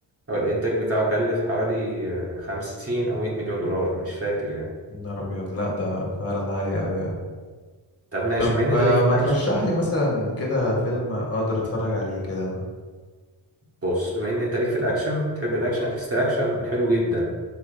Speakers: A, on the right; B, on the left.
A: أو الإنتاج بتاعه كلف حوالي آه، 50 أو 100 مليون دولار مش فاكر يعني
B: نهار أبيض لأ ده فعلا عالي أوي يعني
A: طب ماشي
B: طب
A: بما إن أنت
B: آه،
A: ليك في
B: ما
A: الأكشن
B: ترشح لي مثلا كده فيلم أقدر أتفرج عليه كده أنا
A: بص بما إن أنت ليك في الأكشن تحب الأكشن اكستراكشن حلو جدا